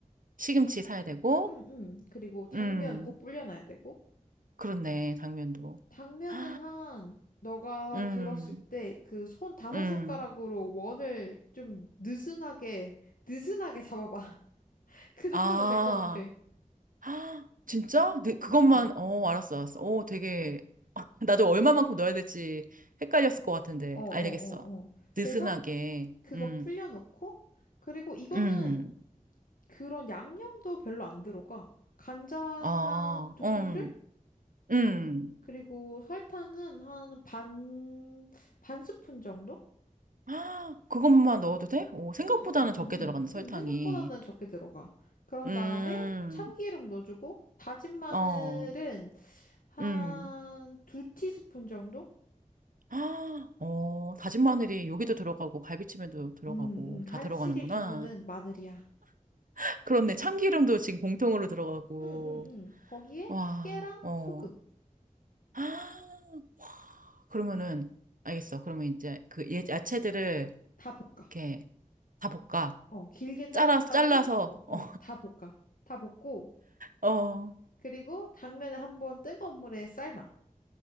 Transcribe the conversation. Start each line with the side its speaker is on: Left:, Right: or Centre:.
Right: 시금치 사야 되고,
Left: 응, 응. 그리고 당면
Right: 음,
Left: 꼭 불려놔야 되고.
Right: 그렇네. 당면도.
Left: 당면은
Right: 헉,
Left: 한, 너가
Right: 음,
Left: 들었을 때 그 손 다섯
Right: 음.
Left: 손가락으로 원을 좀 느슨하게, 느슨하게 잡아봐. <laughs> 그 정도면
Right: 아,
Left: 될 것 같아.
Right: <gasps> 아, 진짜? 네, 그것만,
Left: 응, 응.
Right: 어, 알았어, 알았어. 어, 되게, <laughs> 나도 얼마만큼 넣어야 될지 헷갈렸을 것 같은데,
Left: 어, 어, 어,
Right: 알겠어.
Left: 어. 그래서
Right: 느슨하게,
Left: 그- 그거
Right: 음,
Left: 풀려놓고, 그리고 이거는
Right: 음,
Left: 그런 양념도 별로 안 들어가. 간장
Right: 아,
Left: 한 두
Right: 음,
Left: 큰술?
Right: 음.
Left: 그리고 설탕은 한 반, 반 스푼 정도?
Right: <gasps> 아, 그것만 넣어도 돼? 오, 생각보다는
Left: 응, 응, 응,
Right: 적게 들어가는 설탕이.
Left: 응. 응, 생각보다는 적게 들어가. 그런
Right: 음,
Left: 다음에 참기름 넣어주고, 다진 마늘은
Right: 어,
Left: 한
Right: 음.
Left: 두 티스푼 정도?
Right: <gasps> 아, 어, 다진 마늘이 여기도 들어가고, 갈비찜에도 들어가고,
Left: 응, 응.
Right: 다
Left: 한식의
Right: 들어가는구나.
Left: 기본은 마늘이야.
Right: <laughs> 그렇네. 참기름도 지금 공통으로 들어가고.
Left: 응, 응, 응. 거기에
Right: 와,
Left: 깨랑
Right: 어.
Left: 소금.
Right: <gasps> 그러면은, 알겠어. 그러면 이제 그 예- 야채들을
Left: 다 볶아.
Right: 이렇게 다 볶아.
Left: 어, 길게 자른
Right: 잘라서,
Left: 다음에,
Right: 잘라서,
Left: 어,
Right: 어,
Left: 어, 다 볶아. 다 볶고,
Right: 어, 어,
Left: 그리고 당면을 한번 뜨거운 물에 삶아.